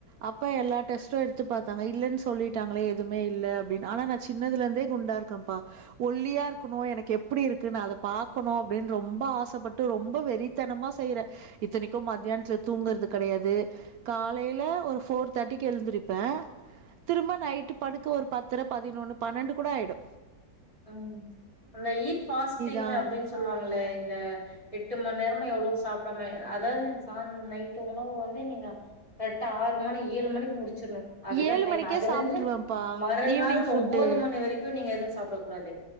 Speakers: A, on the right (about 85°); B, on the left (about 15°).
A: அப்ப எல்லா டெஸ்ட்டு எடுத்து பாத்தாங்க இல்லேன்னு சொல்லிட்டாங்களே எதுமே இல்ல அப்டின்னு ஆனா நா சின்னதுலருந்தே குண்டா இருக்கப்பா ஒல்லியா இருக்கணு எனக்கு எப்டி இருக்கு நா அத பாக்கணு அப்டின்னு ரொம்ப ஆசப்பட்டு ரொம்ப வெறித்தனமா செய்றே இத்தினிக்கு மத்தியானத்துல தூங்குறது கடையாது காலையில ஒரு ஃபோர் தேர்ட்டிக்கு எழுந்திரிப்ப திரும்ப நைட்டு படுக்க ஒரு பத்தரை பதினொன்னு பன்னெண்டு கூட ஆயிடு
B: ஹம் அந்த <unintelligible> பாஸ்டிங்
A: தான்.
B: அப்டின்னு சொல்லுவாங்கள இந்த எட்டு மணி நேரமோ எவ்ளோ சாப்டாமே அதாவது ச நைட்டு உணவு வந்து நீங்க கரெட்டா ஆறு மணி ஏழு மணிக் முடிச்சிர்ணு அதுதா
A: ஏழு
B: டைம்மு
A: மணிக்கே
B: அதுலருந்து
A: சாப்ட்ருவேன்ப்பா
B: மறுநாள்
A: ஈவினிங் ஃபுட்டு
B: ஒன்பது மணி வரைக்கு நீங்க <unintelligible> கூடாது